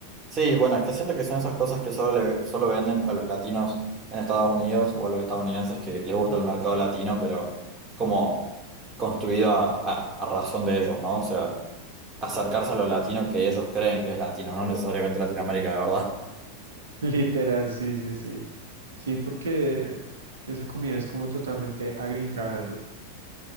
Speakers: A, on the right; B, on the right.
A: Sí, bueno, es que siento que son esas cosas que solo, le- solo venden a los latinos en Estados Unidos o a los estadounidenses que les gusta el mercado latino, pero como construido a, a- a razón de ellos, ¿no? O sea, acercarse a lo latino que ellos creen que es latino, no necesariamente Latinoamérica, de verdad.
B: <laughs> Literal, sí, sí, sí. Sí, porque esa comida es como totalmente agringada, ¿no?